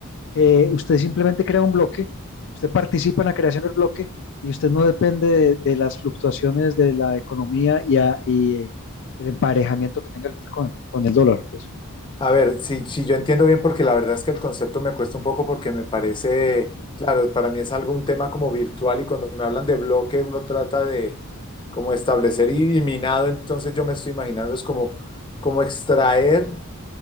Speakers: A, on the left; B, on the left.
A: que usted simplemente crea un bloque, usted participa en la creación del bloque y usted no depende de, de las fluctuaciones de la economía y, a- y el emparejamiento que tenga el Bitcoin con el dólar. pues.
B: A ver, si, si yo entiendo bien, porque la verdad es que el concepto me cuesta un poco porque me parece, claro, para mí es algo un tema como virtual y cuando me hablan de bloque uno trata de como establecer y, y minado, entonces yo me estoy imaginando es como, como extraer